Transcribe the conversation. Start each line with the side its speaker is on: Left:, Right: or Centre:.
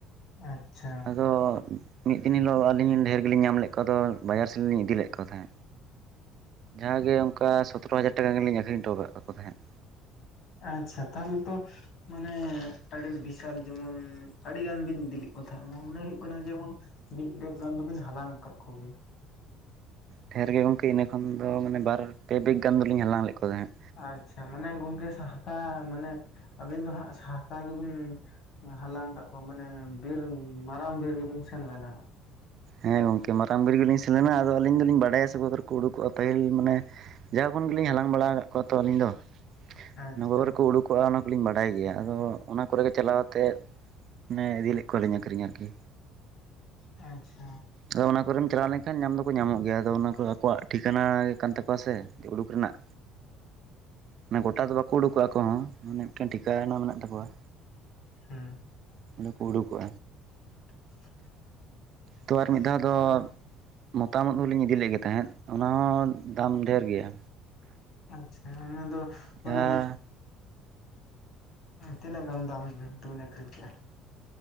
Left: ᱟᱪᱪᱷᱟ᱾
Right: ᱟᱫᱚ ᱢᱤᱫ ᱫᱤᱱ ᱦᱤᱞᱳᱜ ᱟᱹᱞᱤᱧ ᱰᱷᱮᱨ ᱜᱮᱞᱤᱧ ᱧᱟᱢ ᱞᱮᱫ ᱠᱚᱣᱟ, ᱟᱫᱚ ᱵᱟᱡᱟᱨ ᱥᱮᱫ ᱞᱤᱧ ᱤᱫᱤ ᱞᱮᱫ ᱠᱚ ᱛᱟᱦᱮᱸᱫ, ᱡᱟᱦᱟᱸ ᱜᱮ ᱚᱱᱠᱟ ᱥᱚᱛᱨᱚ ᱦᱟᱡᱟᱨ ᱴᱟᱠᱟ ᱜᱮᱞᱤᱧ ᱟᱹᱷᱨᱤᱧ ᱦᱚᱴᱚ ᱟᱠᱟᱫ ᱠᱚ ᱛᱟᱦᱮᱸᱫ᱾
Left: ᱟᱪᱪᱷᱟ ᱛᱟᱦᱞᱮ ᱛᱚ ᱢᱟᱱᱮ ᱟᱹᱰᱤ ᱵᱤᱥᱟᱞ ᱡᱮᱢᱚᱱ ᱟᱹᱰᱤᱜᱟᱱ ᱵᱤᱱ ᱤᱫᱤᱞᱮᱜ ᱠᱚ ᱛᱟᱦᱮᱸᱫ ᱢᱚᱱᱮ ᱦᱩᱭᱩᱜ ᱠᱟᱱᱟ ᱡᱮᱢᱚᱱ ᱢᱤᱫ ᱵᱮᱜᱽ ᱜᱟᱱ ᱫᱚᱵᱤᱱ ᱦᱟᱞᱟᱝ ᱟᱠᱟᱫ ᱠᱚᱜᱮᱭᱟ᱾
Right: ᱰᱷᱮᱨ ᱜᱮ ᱜᱚᱝᱠᱮ ᱤᱱᱟᱹ ᱠᱷᱚᱱ ᱫᱚ ᱢᱟᱱᱮ ᱵᱟᱨ ᱯᱮ ᱵᱮᱜᱽ ᱜᱟᱱ ᱫᱚᱞᱤᱧ ᱦᱟᱞᱟᱝ ᱞᱮᱫ ᱠᱚ ᱛᱟᱦᱮᱸᱫ᱾
Left: ᱟᱪᱪᱷᱟ ᱢᱟᱱᱮ ᱜᱚᱝᱠᱮ ᱥᱟᱦᱟᱠᱟ ᱢᱟᱱᱮ ᱟᱹᱵᱤᱱ ᱫᱚ ᱦᱟᱸᱜ ᱥᱟᱦᱟᱠᱟ ᱜᱮᱵᱤᱱ ᱦᱟᱞᱟᱝ ᱠᱟᱜ ᱠᱚᱣᱟ ᱢᱟᱱᱮ ᱵᱤᱨ ᱢᱟᱨᱟᱝ ᱵᱤᱨ ᱜᱮᱵᱤᱱ ᱥᱮᱱ ᱞᱮᱱᱟ ᱦᱟᱸᱜ᱾
Right: ᱦᱮᱸ ᱜᱚᱝᱠᱮ ᱢᱟᱨᱟᱝ ᱵᱤᱨ ᱜᱮᱞᱤᱧ ᱥᱮᱱ ᱞᱮᱱᱟ ᱟᱫᱚ ᱟᱹᱞᱤᱧ ᱫᱚᱞᱤᱧ ᱵᱟᱰᱟᱭᱟ ᱥᱮ ᱚᱠᱟ ᱠᱚ ᱨᱮᱠᱚ ᱩᱰᱩᱠᱚᱜᱼᱟ ᱯᱟᱹᱦᱤᱞ ᱢᱟᱱᱮ ᱡᱟᱣ ᱠᱷᱚᱱ ᱜᱮᱞᱤᱧ ᱦᱟᱞᱟᱝ ᱵᱟᱲᱟ ᱟᱠᱟᱫ ᱠᱚᱣᱟ ᱛᱚ ᱟᱹᱞᱤᱧ ᱫᱚ
Left: ᱟᱪᱪᱷᱟ
Right: ᱚᱱᱟ ᱠᱚᱨᱮ ᱠᱚ ᱩᱰᱩᱠ ᱠᱚᱜᱼᱟ ᱚᱱᱟ ᱠᱚᱞᱤᱧ ᱵᱟᱰᱟᱭ ᱜᱮᱭᱟ᱾ ᱟᱫᱚ ᱚᱱᱟ ᱠᱚᱨᱮᱜᱮ ᱪᱟᱞᱟᱣ ᱠᱟᱛᱮᱫ ᱢᱟᱱᱮ ᱤᱫᱤ ᱞᱮᱫ ᱠᱚᱣᱟᱞᱤᱧ ᱟᱹᱠᱷᱨᱤᱧ ᱟᱨᱠᱤ᱾
Left: ᱟᱪᱪᱷᱟ
Right: ᱟᱫᱚ ᱚᱱᱟ ᱠᱚᱨᱮᱢ ᱪᱟᱞᱟᱣ ᱞᱮᱱᱠᱷᱟᱱ ᱧᱟᱢ ᱫᱚᱠᱚ ᱧᱟᱢᱚᱜ ᱜᱮᱭᱟ᱾ ᱟᱫᱚ ᱚᱱᱟ ᱠᱚ ᱟᱠᱚᱣᱟᱜ ᱴᱷᱤᱠᱟᱱᱟ ᱜᱮ ᱠᱟᱱ ᱛᱟᱠᱚᱣᱟ ᱥᱮ᱾ ᱩᱰᱩᱠ ᱨᱮᱱᱟᱜ ᱢᱟᱱᱮ ᱜᱚᱴᱟ ᱫᱚ ᱵᱟᱠᱩ ᱩᱰᱩᱠᱚᱜᱼᱟ ᱟᱠᱚ ᱦᱚᱸ ᱢᱟᱱᱮ ᱢᱤᱫᱴᱟᱝ ᱴᱷᱤᱠᱟᱱᱟ ᱢᱮᱱᱟᱜ ᱛᱟᱠᱚᱣᱟ᱾
Left: ᱦᱩᱸ
Right: ᱚᱸᱰᱮ ᱠᱚ ᱩᱰᱩᱠᱚᱜᱼᱟ᱾
Left: <inaudible>
Right: ᱛᱚ ᱟᱨ ᱢᱤᱫ ᱫᱷᱟᱣ ᱫᱚ
Left: ᱚᱱᱟ
Right: ᱢᱚᱛᱟᱢ ᱳᱫ ᱦᱚᱸᱞᱤᱧ ᱤᱫᱤᱞᱮᱜ ᱜᱮ ᱛᱟᱦᱮᱸᱫ ᱚᱱᱟ ᱦᱚᱸ ᱫᱟᱢ ᱰᱷᱮᱨ ᱜᱮᱭᱟ᱾
Left: ᱟᱪᱪᱷᱟ ᱚᱱᱟ ᱫᱚ ᱢᱟᱱᱮ
Right: ᱡᱟᱦᱟᱸ
Left: ᱛᱤᱱᱟᱹᱜ ᱜᱟᱱ ᱫᱟᱢ ᱛᱵᱤᱱ ᱟᱹᱠᱷᱨᱤᱧ ᱠᱮᱜᱼᱟ᱾